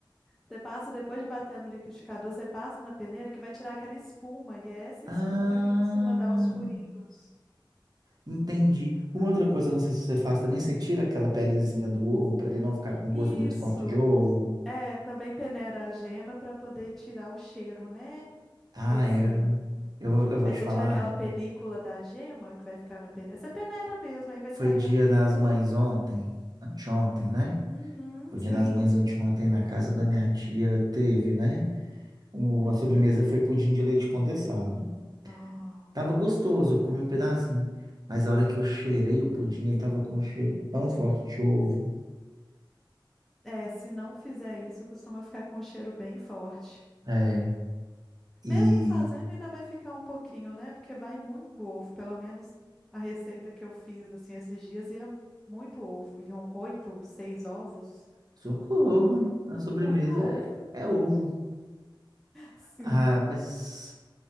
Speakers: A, in the centre; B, on the right.
A: Você passa depois de bater no liquidificador, você passa na peneira que vai tirar aquela espuma, e é essa
B: Ah,
A: espuma que costuma dar os furinhos.
B: entendi. Uma outra coisa, não sei se você faz também, você tira aquela pelezinha do ovo para ele não ficar com
A: Isso.
B: gosto muito forte de ovo.
A: É, também peneira a gema para poder tirar o cheiro, né?
B: Ah,
A: Esse
B: é. Eu, eu vou
A: Aí
B: te
A: você
B: falar.
A: tira aquela película da gema que vai ficar na peneira. Você peneira mesmo, aí vai
B: Foi
A: sair
B: dia
A: a película.
B: das mães ontem, anteontem, né?
A: Uhum,
B: Foi
A: sim.
B: dia das mães anteontem na casa da minha tia, teve, né? O, a sobremesa
A: Ah,
B: foi pudim de leite condensado.
A: não.
B: Tava gostoso, eu comi um pedacinho, mas a hora que eu cheirei o pudim, ele tava com um cheiro tão forte de ovo.
A: É, se não fizer isso, costuma ficar com um cheiro bem forte.
B: É, e
A: Mesmo fazendo, ainda vai ficar um pouquinho, né? Porque vai muito ovo, pelo menos a receita que eu fiz assim esses dias ia muito ovo. Iam oito, seis ovos.
B: socorro, a sobremesa
A: Muito ovo.
B: é, é ovo.
A: Sim,
B: Ah, mas